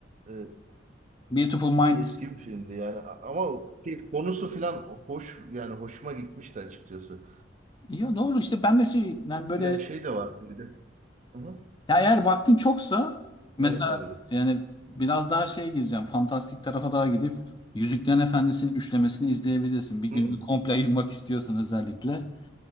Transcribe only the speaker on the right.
Ee,
eski bir filmdi yani A- ama şey, konusu filan hoş yani hoşuma gitmişti açıkçası.
Yani şey de vardı bir de. Hı-hı.
Evet abi.
Hı.